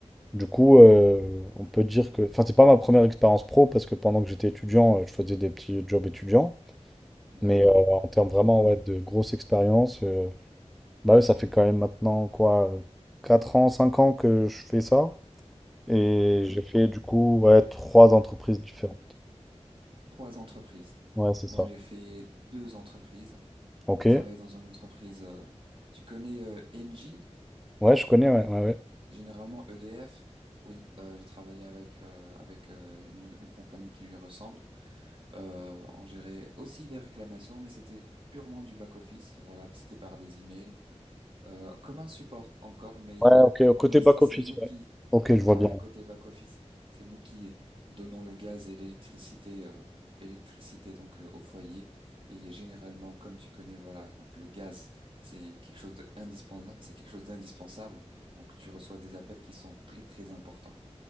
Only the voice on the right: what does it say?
D'accord.
D'accord.
D'accord.
Trois entreprises.
Moi,
j'ai fait deux entreprises.
J'ai travaillé dans une entreprise. euh, tu connais euh, Engie,
généralement EDF. Oui, euh, j'ai travaillé avec euh, avec euh, une, une compagnie qui lui ressemble. Euh, on gérait aussi les réclamations, mais c'était purement du back office. Voilà, c'était par des emails, euh, comme un support encore, mais
euh,
on
inst-
c'est nous
qui
Voilà,
côté back-office, c'est nous qui donnons le gaz et l'électricité, euh, électricité donc euh, au foyer. Et généralement, comme tu connais, voilà, donc le gaz, c'est quelque chose de indispensable, c'est quelque chose d'indispensable. Donc tu reçois des appels qui sont très très importants